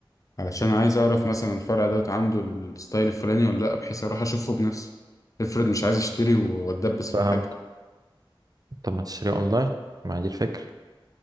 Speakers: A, on the left (about 35°); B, on the right (about 45°).
A: علشان عايز اعرف مثلا الفرع دوت عنده الستايل الفلاني ولا لا بحيث اروح اشوفه بنفسي افرض مش عايز اشتري واتدبس في
B: فاهم
A: الحاجه
B: طب ما تشتريها اونلاين ما دي الفكرة